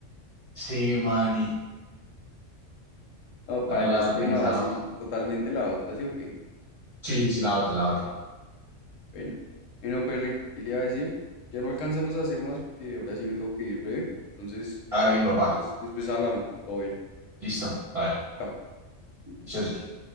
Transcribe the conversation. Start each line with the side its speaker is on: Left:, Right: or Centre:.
Right: sí, mani.
Left: No,
Right: No,
Left: paila,
Right: no lo había
Left: es que
Right: pensado.
Left: no, sí, totalmente la otra, ¿sí o qué?
Right: Sí, sí, sí, la otra, la otra.
Left: Bueno, bueno, Perry, ¿qué le iba a decir? Ya no alcanzamos a hacer más porque ahora sí me tengo que ir breve. Entonces,
Right: Hágale, mi papá.
Left: después, después hablamos. Todo bien.
Right: Listo, hágale.
Left: Chao.
Right: Yo